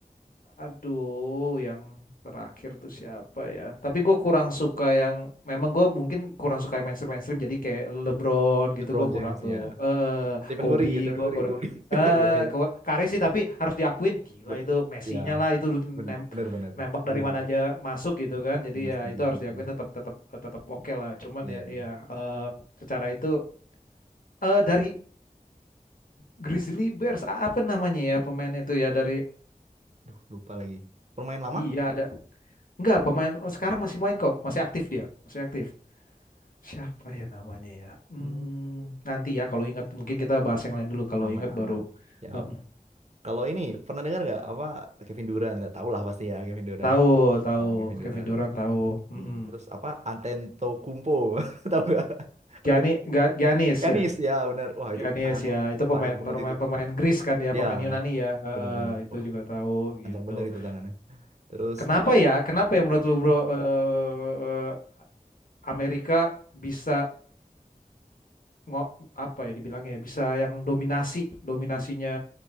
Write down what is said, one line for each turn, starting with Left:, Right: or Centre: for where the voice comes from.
Left: aduh yang terakhir tuh siapa ya? Tapi gue kurang suka yang memang gue mungkin kurang suka yang mainstream mainstream. Jadi kayak LeBron gitu
Right: LeBron
Left: gue kurang
Right: James
Left: tuh.
Right: ya,
Left: Eh
Right: Stephen
Left: Kobe
Right: Curry, Stephen
Left: gue
Right: Curry,
Left: kurang.
Right: Curry.
Left: Eh
Right: <laughs> Iya iya.
Left: Ko- Kari sih tapi harus diakuin gila
Right: Bet-
Left: itu Messi-nya
Right: ya
Left: lah itu nem-
Right: bener bener bener
Left: nembak
Right: setuju
Left: dari mana
Right: setuju.
Left: aja masuk gitu kan. Jadi
Right: bener
Left: ya
Right: setuju
Left: itu harus
Right: setuju
Left: diakuin tetap tetap tetap oke lah. Cuman
Right: iya
Left: ya ya
Right: iya
Left: eh, secara itu eh dari Grizzly Bears a- apa namanya ya pemainnya itu ya dari
Right: Duh, lupa lagi permain lama
Left: Iya ada Enggak, pemain sekarang masih main kok, masih aktif dia, masih aktif. Siapa ya namanya ya? Hmm,
Right: hmm.
Left: nanti ya kalau ingat mungkin kita bahas yang lain dulu kalau
Right: aman
Left: ingat baru.
Right: aman siap
Left: Heeh.
Right: kalau ini pernah dengar nggak apa Kevin Durant ya tahu lah pasti ya Kevin Durant
Left: Tahu, tahu
Right: Ah, Kevin
Left: Kevin
Right: Durant
Left: Durant tahu. Mm-mm.
Right: hmm. terus apa Antetokounmpo <laughs> tahu nggak pernah
Left: Gianni,
Right: dengar nggak?
Left: Ga- Giannis
Right: Giannis
Left: ya.
Right: ya benar wah
Left: Giannis
Right: itu tangannya
Left: ya, itu
Right: gila,
Left: pemain
Right: panjang
Left: pemain
Right: banget itu
Left: pemain Greece kan ya, pemain
Right: ya
Left: Yunani ya. Heeh,
Right: bener bener
Left: itu
Right: wah
Left: juga tahu
Right: panjang
Left: gitu.
Right: bener itu tangannya terus
Left: Kenapa
Right: ini,
Left: ya? Kenapa ya menurut lu bro eh, eh, Amerika bisa ngo- apa ya dibilangnya ya bisa yang dominasi dominasinya